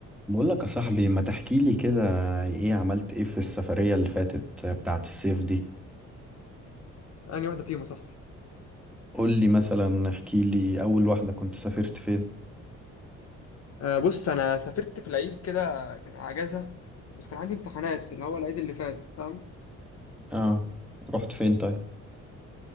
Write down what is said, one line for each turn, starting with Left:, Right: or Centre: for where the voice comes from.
Centre: بقول لك يا صاحبي ما تحكي لي كده ايه عملت ايه في السفرية اللي فاتت بتاعة الصيف دي
Left: انهي واحده فيهم يا صاحبي
Centre: قول لي مثلا احكي لي اول واحدة كنت سافرت فين
Left: آه بص انا سافرت في العيد كده كان اجازه بس كان عندي امتحانات في اللي هو العيد اللي فات فاهم
Centre: اه رحت فين طيب